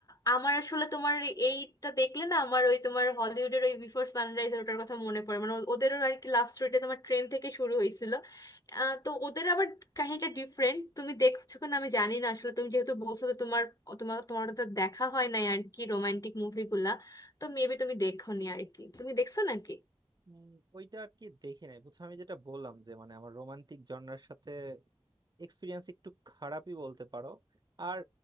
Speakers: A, on the left (about 35°); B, on the right (about 45°).
A: আমার আসলে তোমার এইটা দেখলে না আমার ওই তোমার হলিউডের ওই বিফোর সানরাইজ ওটার কথা মনে পড়ে মানে ও- ওদেরও আর কি লাভ স্টোরিটা তোমার ট্রেন থেকে শুরু হয়েছিল আহ, তো ওদের আবার কাহিনীটা ডিফারেন্ট তুমি দেখছো কিনা আমি জানি না আসলে তুমি যেহেতু বলছো তো তোমার তোমার তোমার ওটা দেখা হয় নাই আর কি রোমান্টিক মুভিগুলা তো মেবি তুমি দেখোনি আর কি তুমি দেখছো নাকি
B: উম, ওইটা আর কি দেখি নাই বুঝছো আমি যেটা বললাম যে মানে আমার রোমান্টিক জনরার সাথে এক্সপিরিয়েন্স একটু খারাপই বলতে পারো আর